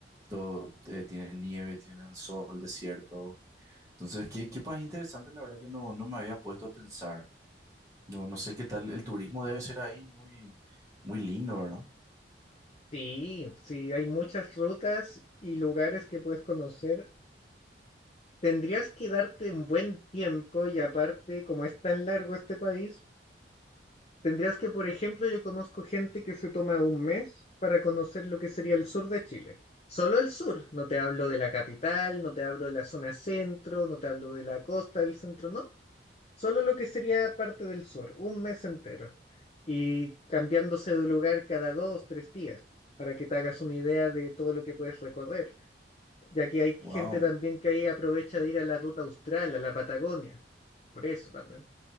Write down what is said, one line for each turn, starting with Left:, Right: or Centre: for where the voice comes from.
Right: todo, eh, tienen nieve, tienen sol, desierto. Entonces, qué, qué país interesante, la verdad que no, no me había puesto a pensar. No, no sé qué tal, el turismo debe ser ahí muy, muy lindo, ¿verdad?
Left: Sí, sí, hay muchas rutas y lugares que puedes conocer Tendrías que darte un buen tiempo y aparte, como es tan largo este país, tendrías que, por ejemplo, yo conozco gente que se toma un mes para conocer lo que sería el sur de Chile. Solo el sur, no te hablo de la capital, no te hablo de la zona centro, no te hablo de la costa del centro, no. Solo lo que sería parte del sur, un mes entero. Y cambiándose de lugar cada dos, tres días, para que te hagas una idea de todo lo que puedes recorrer. Ya que hay
Right: Wow.
Left: gente también que ahí aprovecha de ir a la ruta austral, a la Patagonia por eso también.